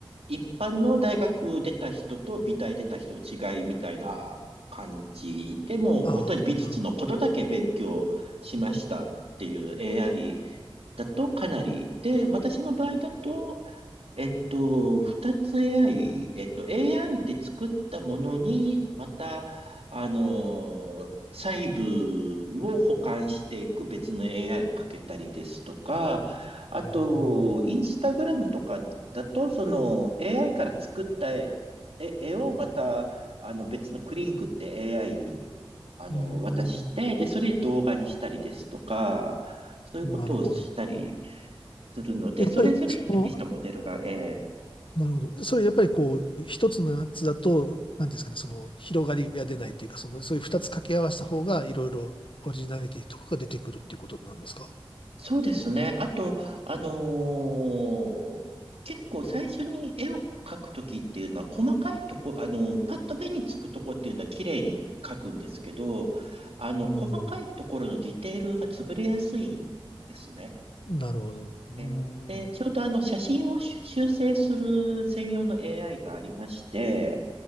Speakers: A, on the right; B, on the left.
A: 一般の大学出た人と美大出た人の違いみたいな感じでも本当に美術のことだけ勉強しましたっていう
B: ああ、なるほ
A: AI だとかなり。で、私の場合だとえっと、二つ AI、えっと、AI って作ったものに、また、あの、細部を補完していく別の AI をかけたりですとか、あと、
B: ど。
A: インスタグラムとかだと、
B: ああ、
A: その AI から作った絵、絵絵をまた、あの、別のクリンクって AI に、あの、
B: うん、
A: 渡して、で、それ動画にしたりですとか、そういうことをしたり
B: なるほど。
A: するので、
B: やっぱりその、
A: それぞれに適したモデルが、え
B: なるほど。それやっぱりこう、一つのやつだと、なんていうんですかね、その広がりが出ないというか、その、そういう二つ掛け合わせた方が、いろいろオリジナリティとかが出てくるっていうことなんですか。
A: そうですね。あと、あのー結構最初に絵を描くときっていうのは、細かいとこ、あのパッと目につくとこっていうのは綺麗に描くんですけど、あの、
B: うん、
A: 細かいところのディテールが潰れやすいんですね。
B: なるほど。うん、
A: えで、ちょうどあの、写真を修修正する専用の AI がありまして、